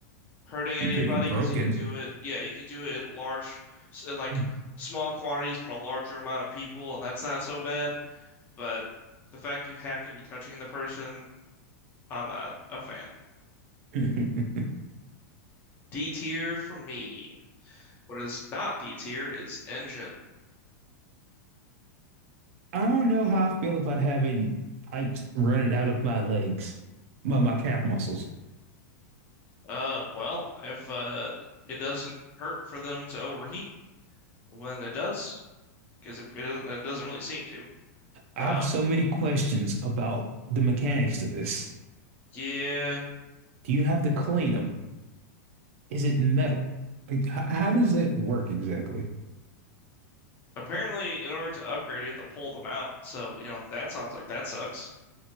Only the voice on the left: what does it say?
hurting
anybody
because you can do it. Yeah, you can do it in large, in like
small quantities from a larger amount of people, and that's not so bad. But the fact you have to be touching the person, I'm not a fan.
D tier for me. What is not D tier is engine.
Uh, well, if uh, it doesn't hurt for them to overheat when it does, because it, it doesn't it doesn't really seem to.
Um,
yeah.
Apparently, in order to upgrade, you have to pull them out. So, you know, that sounds like that sucks.